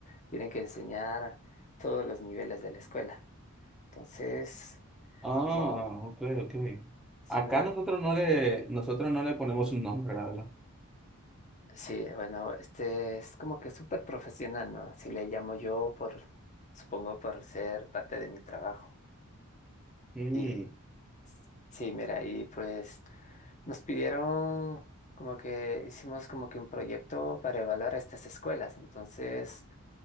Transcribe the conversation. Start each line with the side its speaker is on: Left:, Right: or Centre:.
Left: tiene que enseñar todos los niveles de la escuela. Entonces,
Centre: Ah,
Left: como
Centre: ok, ok.
Left: si
Centre: Acá
Left: me,
Centre: nosotros no le, nosotros no le ponemos un nombre, la verdad.
Left: sí, bueno, este es como que súper profesional, ¿no? Así le llamo yo por, supongo por ser parte de mi trabajo.
Centre: Mm.
Left: Y sí, mira, ahí pues. Nos pidieron como que hicimos como que un proyecto para evaluar estas escuelas. Entonces